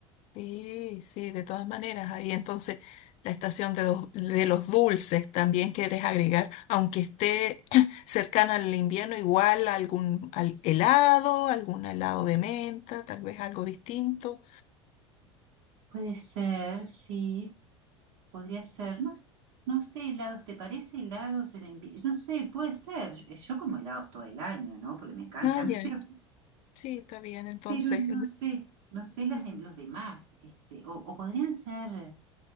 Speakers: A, on the left (about 45°); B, on the right (about 65°).
A: sí, sí, de todas maneras. Ahí entonces la estación de, dos- de los dulces también quieres agregar, aunque esté <clears throat> cercana al invierno, igual algún al- helado, algún helado de menta, tal vez algo distinto.
B: Puede ser, sí, podría ser. No, no sé, helados, ¿te parece helados en invierno? No sé, puede ser. Yo como helados todo el año, ¿no? Porque me encantan,
A: Ay, ay,
B: <laughs> pero...
A: sí, está bien. Entonces,
B: Pero no sé, no sé las
A: no.
B: de los demás, este, o, o podrían ser